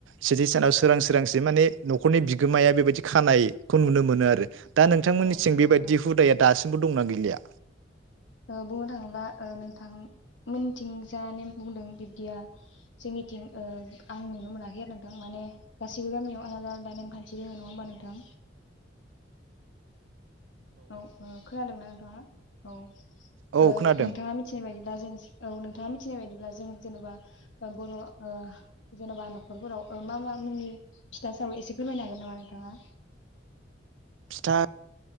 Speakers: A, on the right; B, on the left.
A: सेथि सानाव सोरां सोरांसि माने न'खरनि बिगोमाया बेबायदि खानायखौ नुनो मोनो आरो। दा नोंथांमोननिथिं
B: नंगौ
A: बेबायदि
B: नोंथां
A: हुदाया दासि बो दंना गैलिया?
B: ओ बुंनो थाङोब्ला ओ नोंथां मोनथिं जा नेम बुंदों बिब्दिया जोंनिथिं ओ आं नुनो मोनाखै आरो नोंथां। माने गासिबो गामियाव आलादा आलादा नेमखान्थि दोङो नङा होमबा नोंथां? औ ओ खोनादों ना नों आ औ।
A: औ
B: ओ
A: औ खोनादों
B: नोंथाङा मिथिनाय बायदि। दा जों औ नोंथाङा मिथिनाय बायदिब्ला जों जेन'बा ओ बर' ओ जेन'बा न'खरफोराव ओ मा मा मुंनि फिथा सावो एसे फोरमायनो हागोन नामा नोंथाङा?
A: फिथा